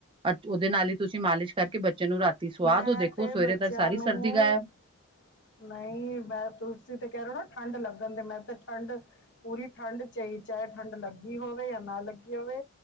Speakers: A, on the right (about 25°); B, on the left (about 50°).
A: ਅ ਉਹਦੇ ਨਾਲ ਹੀ ਤੁਸੀਂ ਮਾਲਿਸ਼ ਕਰਕੇ ਬ ਬੱਚੇ ਨੂੰ ਰਾਤੀ ਸੁਵਾਦ
B: ਮੈਂ
A: ਹੋ ਦੇਖੋ
B: ਤੇ
A: ਸਵੇਰੇ
B: ਬੱਚਿਆਂ
A: ਤੱਕ ਸਾਰੀ
B: ਨੂੰ
A: ਸਰਦੀ ਗਾਇਬ
B: ਨਹੀਂ ਮੈਂ ਤੁਸੀਂ ਤੇ ਕਹਿ ਰੋ ਨਾ ਠੰਡ ਲੱਗਣ ਦੇ ਮੈਂ ਤੇ ਠੰਡ ਪੂਰੀ ਠੰਢ ਚਹੀ ਠੰਡ ਲੱਗੀ ਹੋਵੇ ਜਾਂ ਨਾ ਲੱਗੀ ਹੋਵੇ